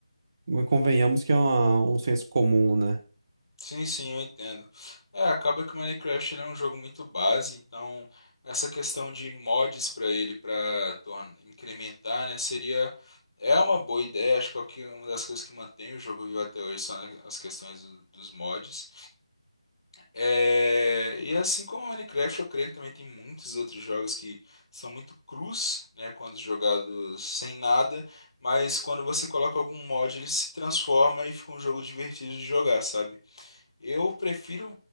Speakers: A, on the right; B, on the left.
A: convenhamos que é uma- um senso comum, né?
B: Sim, sim, eu entendo. É, acaba que o Minecraft ele é um jogo muito base, então essa questão de mods pra ele, para torn- incrementar, né, seria. É uma boa ideia, acho que é o que- uma das coisas que mantém o jogo vivo até hoje são as questões do- dos mods. É, e assim como Minecraft, eu creio que também tem muitos outros jogos que são muito crus, né, quando jogados sem nada, mas quando você coloca algum mod, ele se transforma e fica um jogo divertido de jogar, sabe? Eu prefiro